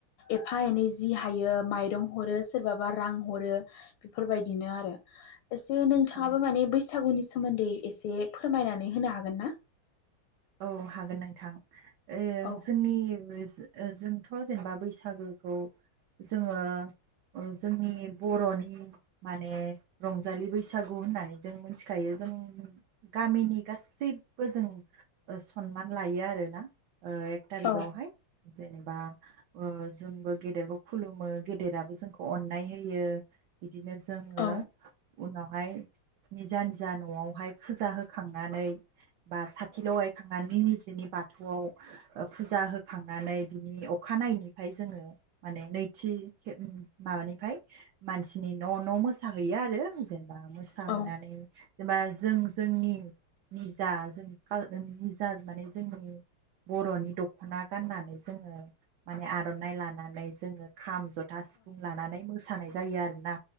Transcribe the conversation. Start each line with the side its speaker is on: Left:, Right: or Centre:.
Left: एफा एनै जि हायो माइरं हरो सोरबाबा रां हरो बेफोरबायदिनो आरो। एसे नोंथाङाबो
Right: औ औ
Left: माने बैसागुनि सोमोन्दै एसे फोरमायनानै होनो हागोन ना?
Right: औ हागोन नोंथां। ओं
Left: औ
Right: जोंनि जों थ' जेनेबा बैसागुखौ जोंङो जोंनि बर'नि माने रंजालि बैसागु होननानै जों मिथिखायो जों गामिनि गासैबो जों सनमान लायो आरो। ना एक थारिक
Left: औ
Right: आवहाय जेनेबा जोंबो गेदेरबो खुलुमो गेदेराबो जोंखौ अन्नाय होयो। बिदिनो जोंङो
Left: औ
Right: उनावहाय निजा निजा न'आवहाय फुजा होखांनानै बा साथि लगाय निजेनि बाथौआव फुजा होखांनानै बिनि अखानायैनिफ्राय जोंङो माने नैथि माबानिफ्राय मानसिनि न' न' मोसाहैयो आरो। जेन मोसाहैनानै
Left: औ
Right: जेनेबा जों जोंनि निजा जों खाल निजा माने जोंनि बर'नि दख'ना गाननानै जोंङो माने आर'नाइ लानानै जोंङो खाम ज'था सिफुं लानानै मो सानाय जायो आरोना।